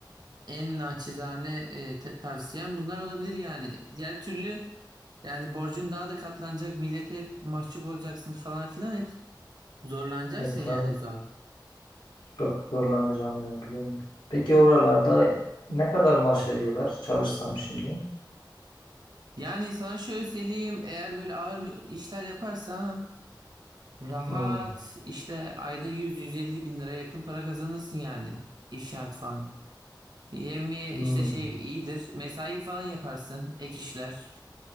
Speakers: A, on the right; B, on the left.
A: en naçizane e, te- tavsiyem bunlar olabilir yani. Diğer türlü yani borcun daha da katlanacak. Millete mahcup olacaksın falan filan. Hep Zorlanacaksın
B: E tabii.
A: yani zaten.
B: Çok zorlanacağım yani biliyorum. Peki oralarda ne kadar maaş veriyorlar çalışsam şimdi?
A: Yani sana şöyle söyleyeyim eğer böyle ağır işler yaparsan rahat
B: Hmm,
A: işte ayda yüz, 150 bin lira yakın para kazanırsın yani iş şart falan. Yevmiye
B: hmm.
A: işte şey iyidir mesai falan yaparsın ek işler